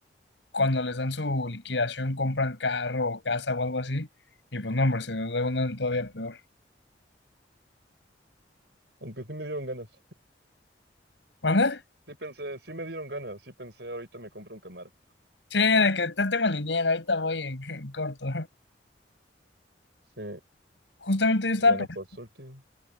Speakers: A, on the left; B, on the right.
A: cuando les dan su liquidación compran carro o casa o algo así, y pues no, hombre, se deudan todavía peor.
B: Aunque sí me dieron ganas.
A: ¿Mande?
B: Sí pensé, sí me dieron ganas, sí pensé, ahorita me compro un Camaro.
A: Sí, de que te tengo el dinero, ahorita voy en, en corto.
B: Sí,
A: Justamente yo estaba
B: pues bueno,
A: pensando,
B: por suerte.